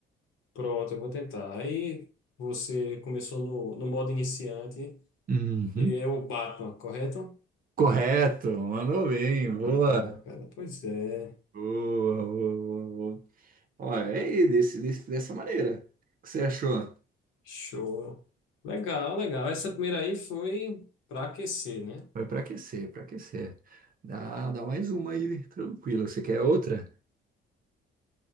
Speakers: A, on the left; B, on the right.
A: Pronto, eu vou tentar. Aí você começou no, no modo iniciante.
B: Uhum.
A: É o Batman, correto?
B: Correto, mandou bem, boa.
A: Ah, cara, pois é.
B: Boa, boa, boa, boa. Olha, é aí, desse, desse, dessa maneira. O que você achou?
A: Show. Legal, legal. Essa primeira aí foi para aquecer, né?
B: Foi para aquecer, para aquecer. Dá, dá mais uma aí, tranquilo. Você quer outra?